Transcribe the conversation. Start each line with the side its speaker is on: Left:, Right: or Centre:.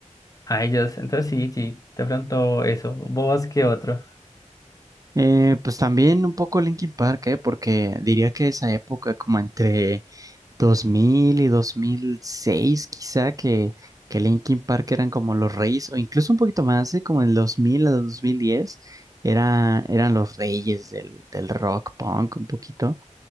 Left: a ellos. Entonces sí, sí, de pronto eso. ¿Vos qué otro?
Right: Eh, pues también un poco Linkin Park, ¿eh? Porque diría que esa época, como entre 2000 y 2006, quizá, que, que Linkin Park eran como los reyes, o incluso un poquito más, ¿eh? Como el 2000 a 2010, era, eran los reyes del, del rock punk, un poquito.